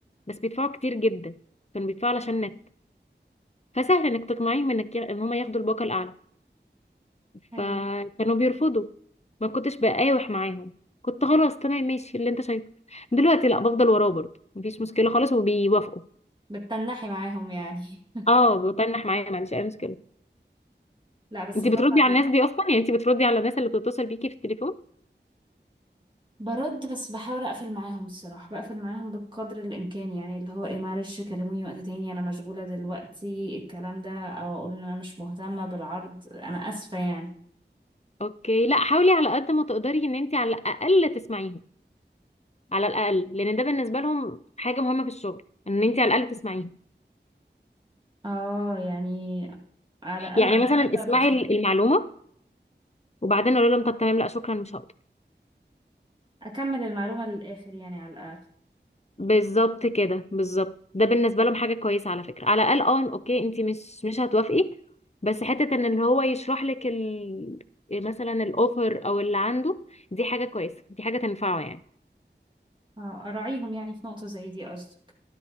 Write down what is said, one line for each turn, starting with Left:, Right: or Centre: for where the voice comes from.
Left: بس بيدفعوا كتير جدا كانوا بيدفعوا علشان نت فسهل انك تقنعيهم انك ان هم ياخدوا الباقه الاعلى
Right: ايوه
Left: فكانوا بيرفضوا ما كنتش بقاوح معاهم كنت خلاص تمام ماشي اللي انت شايفه دلوقتي لا بفضل وراه برضه مفيش مشكله خالص وبيوافقوا
Right: بتتنحي معاهم يعني
Left: اه بتنح معايا ما عنديش اي مشكله
Right: <laughs> لا بس
Left: انت
Right: برافو
Left: بتردي
Right: عليكي
Left: على الناس دي اصلا يعني انت بتردي على الناس اللي بتتصل بيكي في التليفون
Right: برد بس بحاول اقفل معاهم الصراحه بقفل معاهم بقدر الامكان يعني اللي هو ايه معلش كلموني وقت تاني انا مشغوله دلوقتي الكلام ده او اقول ان انا مش مهتمه بالعرض انا اسفه يعني
Left: اوكي لا حاولي على قد ما تقدري ان انت على الاقل تسمعيهم على الاقل لان ده بالنسبه لهم حاجه مهمه في الشغل ان انت على الاقل تسمعيهم
Right: اه يعني على الاقل
Left: يعني
Right: على الاقل
Left: مثلا اسمعي
Right: ابقى اسمع
Left: المعلومه وبعدين قولي لهم طب تمام لا شكرا مش هقدر
Right: اكمل المعلومه للاخر يعني على الاقل
Left: بالظبط كده بالظبط ده بالنسبه لهم حاجه كويسه على فكره على الاقل اه اوكي انت مش مش هتوافقي بس حته ان اللي هو يشرح لك ال... مثلا الاوفر او اللي عنده دي حاجه كويسه دي حاجه تنفعه يعني
Right: اه اراعيهم يعني في نقطه زي دي قصدك